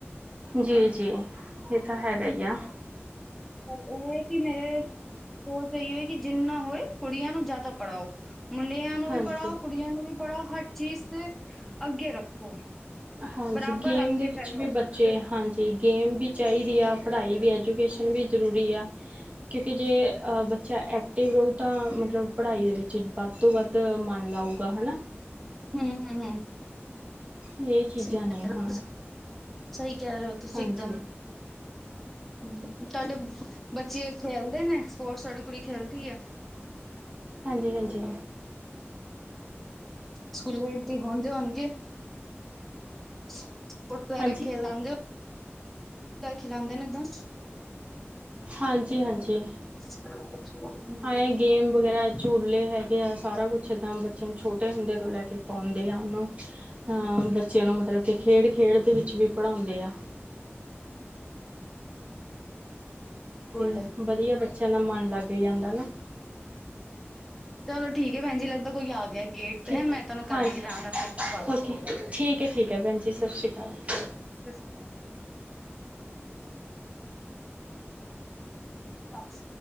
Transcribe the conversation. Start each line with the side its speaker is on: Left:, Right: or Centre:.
Right: ਜੀ ਜੀ ਇਹ ਤਾਂ ਹੈਗਾ ਈ ਐ।
Centre: ਪਰ ਇਹ ਹੈ ਕਿ ਮੇਰੇ। ਸੋਚ ਇਹੀ ਹੈ ਕਿ ਜਿੰਨਾ ਹੋਏ, ਕੁੜੀਆਂ ਨੂੰ ਜ਼ਿਆਦਾ ਪੜ੍ਹਾਓ। ਮੁੰਡਿਆਂ ਨੂੰ
Right: ਹਾਂਜੀ
Centre: ਵੀ ਪੜ੍ਹਾਓ, ਕੁੜੀਆਂ ਨੂੰ ਵੀ ਪੜ੍ਹਾਓ, ਹਰ ਚੀਜ਼ ਤੇ ਅੱਗੇ ਰੱਖੋ।
Right: ਹਾਂਜੀ
Centre: ਬਰਾਬਰ
Right: ਗੇਮ
Centre: ਰੱਖ
Right: ਦੇ
Centre: ਕੇ
Right: ਵਿੱਚ
Centre: ਚੱਲੋ
Right: ਵੀ ਬ ਬੱਚੇ ਹਾਂਜੀ ਗੇਮ ਵੀ ਚਾਹੀਦੀ ਆ, ਪੜ੍ਹਾਈ ਵੀ ਐਜੂਕੇਸ਼ਨ ਵੀ ਜ਼ਰੂਰੀ ਆ‌। ਕਿਉਂਕਿ ਜੇ ਅਹ ਬੱਚਾ ਐਕਟਿਵ ਰਹੁ ਤਾਂ ਮਤਲਬ ਪੜ੍ਹਾਈ ਦੇ ਵਿੱਚ ਵੱਧ ਤੋਂ ਵੱਧ। ਤੇ ਮੰਨ ਲਊਗਾ ਹੈਨਾ।
Centre: ਹੂ ਹੂ ਹੂ
Right: ਇਹ ਚੀਜ਼ਾਂ
Centre: ਸਹੀ
Right: ਨੇ
Centre: ਕਹਿ ਰਹੇ
Right: ਹੁਣ
Centre: ਹੋ, ਸਹੀ ਕਹਿ ਰਹੇ ਹੋ, ਤੁਸੀਂ
Right: ਹਾਂਜੀ
Centre: ਇਕਦਮ। ਹੂੰ ਤੁਹਾਡੇ ਬੱਚੇ ਖੇਲਦੇ ਨੇ, ਸਪੋਰਟਸ ਤੁਹਾਡੀ ਕੁੜੀ ਖੇਲਦੀ ਹੈ।
Right: ਹਾਂਜੀ ਹਾਂਜੀ।
Centre: ਸਕੂਲੇ ਇਲਤੀ ਹੋਣਗੇ। ਸਪੋਰਟ ਵਗੈਰਾ
Right: ਹਾਂਜੀ
Centre: ਖੇਲਦੇ ਔ, ਖਲਾਉਦੇ ਨੇ ਏਦਾਂ।
Right: ਹਾਂਜੀ ਹਾਂਜੀ।
Centre: ਹੂੰ। <inaudible>
Right: ਹਾਂ ਇਹ ਗੇਮ ਵਗੈਰਾ। ਝੂਲੇ ਹੈਗੇ ਆ ਸਾਰਾ ਕੁਛ ਇੱਦਾਂ ਬੱਚੇ ਨੂੰ ਛੋਟੇ ਹੁੰਦੇ ਤੋਂ ਲੈ ਕੇ ਪਾਉਂਦੇ ਆ ਉਹਨੂੰ। ਤਾਂ ਬੱਚਿਆਂ ਨੂੰ ਮਤਲਬ ਕਿ ਖੇਡ ਖੇਡ ਦੇ ਵਿੱਚ ਵੀ ਪੜ੍ਹਾਉਂਦੇ ਆ।
Centre: ਗੁਡ
Right: ਹੂ ਵਧੀਆ ਬੱਚਿਆਂ ਦਾ ਮਨ ਲੱਗ ਜਾਂਦਾ ਨਾ।
Centre: ਚਲੋ ਠੀਕ ਹੈ ਭੈਣ ਜੀ ਲੱਗਦਾ ਕੋਈ ਆ ਗਿਆ ਗੇਟ
Right: ਠੀਕ
Centre: ਤੇ ਹੈ, ਮੈਂ ਤੁਹਾਨੂੰ
Right: ਹਾਂਜੀ
Centre: ਕਰਾਂਗੀ ਆਰਾਮ ਨਾਲ ਫਿਰ ਕਾਲ ਠੀਕ
Right: ਓਕੇ
Centre: ਹੈ।
Right: ਠੀਕ ਹੈ ਠੀਕ ਹੈ ਭੈਣ ਜੀ ਸਤਿ ਸ਼੍ਰੀ ਅਕਾਲ।
Centre: ਸਤਿ ਸ਼੍ਰੀ ਅਕਾਲ। ਅੱਛਾ।